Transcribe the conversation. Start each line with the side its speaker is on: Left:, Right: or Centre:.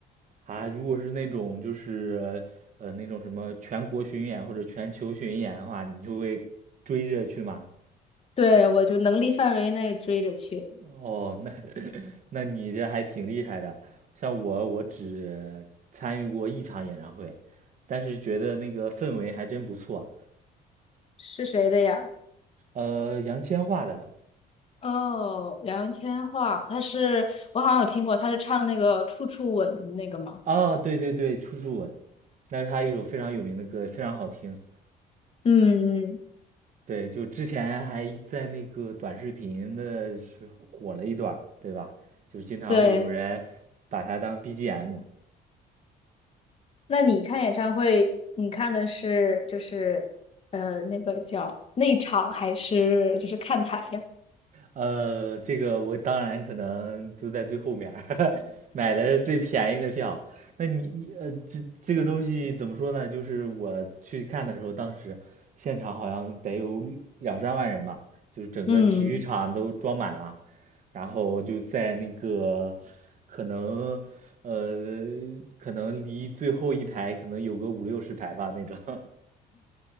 Right: 啊，如果是那种就是呃那种什么全国巡演或者全球巡演的话，你就会追着去吗？
Left: 对，我就能力范围内追着去。
Right: 哦，那那你这还挺厉害的。像我，我只参与过一场演唱会，但是觉得那个氛围还真不错。
Left: 是谁的呀？
Right: 呃，杨千嬅的，
Left: 哦，杨千嬅，她是我好像有听过，她是唱那个《处处吻》那个吗？
Right: 啊，对对对，《处处吻》，那是他一首非常有名的歌，非常好听。
Left: 嗯，嗯，
Right: 对，就之前还在那个短视频的是火了一段儿对吧？就是经常会有人把它当
Left: 对。
Right: BGM。
Left: 那你看演唱会，你看的是就是呃那个叫内场还是就是看台呀？
Right: 呃，这个我当然可能就在最后面儿 <laughs> 买的最便宜的票。那你你呃，这这个东西怎么说呢？就是我去看的时候，当时现场好像得有两三万人吧，就是整个体育场都装满了，
Left: 嗯，
Right: 然后就在那个可能呃，可能离最后一排可能有个五六十排吧那种。<laughs>